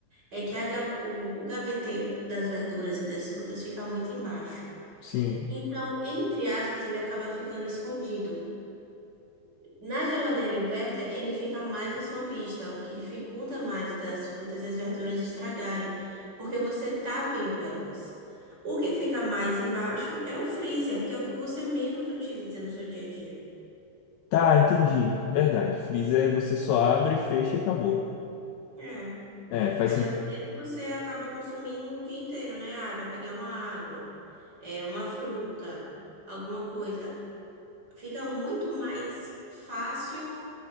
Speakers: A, on the right; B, on the left.
A: é que a ga- o, o gaveteiro das verduras e das frutas fica muito embaixo.
B: sim.
A: Então, entre aspas, ele acaba ficando escondido. Na geladeira inversa, ele fica mais à sua vista, o que dificulta mais das frutas e as verduras estragarem, porque você tá vendo elas. O que fica mais embaixo é o freezer, que é o que você menos utiliza no seu dia a dia.
B: Tá, entendi. Verdade. Freezer é você só abre, fecha e acabou.
A: É.
B: É, faz
A: A
B: sentido.
A: geladeira você acaba consumindo o dia inteiro, né? Ah, vai pegar uma água, é uma fruta alguma coisa. fica muito mais fácil